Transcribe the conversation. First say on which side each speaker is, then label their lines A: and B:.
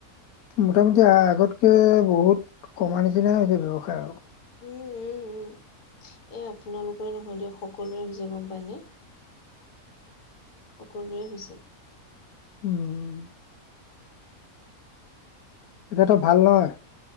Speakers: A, on the left; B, on the left.
A: কি
B: মোটামুটি
A: কব
B: আগত তাকে বহুত কমা নিচিনাই হৈছে ব্যৱসায় আৰু
A: উম -উম -উম, এই আপোনালোকৰে নহয় দিয়ক সকলোৰে হৈছে গম পায়নে। সকলোৰে হৈছে।
B: উম এতিয়াতো ভাল নহয়